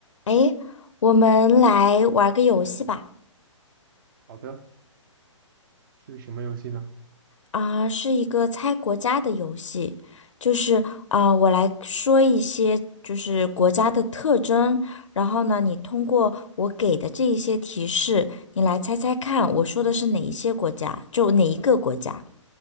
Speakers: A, on the left; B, on the right.
A: 诶，我们来玩个游戏吧。
B: 好的，是什么游戏呢？
A: 啊、是一个猜国家的游戏，就是啊、我来说一些就是国家的特征，然后呢，你通过我给的这一些提示，你来猜猜看，我说的是哪一些国家，就哪一个国家